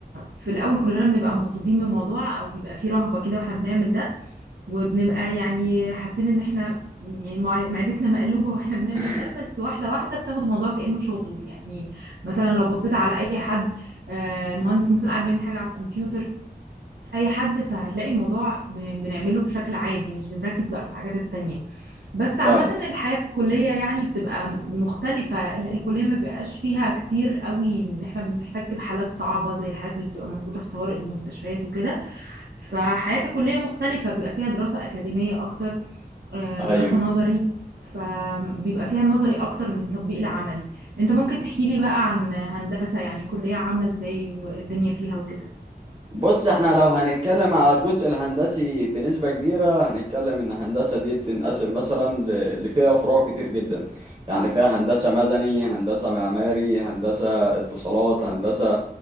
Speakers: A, on the right; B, on the right.
A: في الاول كلنا بنبقى مخضوضين بالموضوع او بيبقى فيه رهبة كده واحنا بنعمل ده وبنبقى يعني حاسين ان احنا يعني مع- معدتنا مقلوبة <laughs> واحنا بنعمل
B: <laughs>
A: ده بس واحدة واحدة بتاخد الموضوع كأنه شغل يعني مثلا لو بصيت على اي حد آه، المهندس مثلا قاعد بيعمل حاجة على الكمبيوتر اي حد فهتلاقي الموضوع ب- بنعمله بشكل عادي مش بنركز بقى في الحاجات التانية بس عامة
B: فعلا
A: الحياة في الكلية يعني بتبقى مختلفة ال- الكلية ما بيبقاش فيها كتير قوي ان احنا بنحتك بحالات صعبة زي الحالات اللي بتبقى موجودة في طوارئ المستشفيات وكده فحياة الكلية مختلفة بيبقى فيها دراسة أكاديمية أكتر آه، دراسة
B: ايوه
A: نظري فبيبقى فيها نظري أكتر من تطبيق العملي انت ممكن تحكي لي بقى عن هندسة يعني كلية عاملة ازاي والدنيا فيها وكده
B: بص احنا لو هنتكلم على الجزء الهندسي بنسبة كبيرة هنتكلم ان الهندسة دي بتنقسم مثلا ل- اللي فيها فروع كتير جدا يعني فيها هندسة مدني هندسة معماري هندسة اتصالات هندسة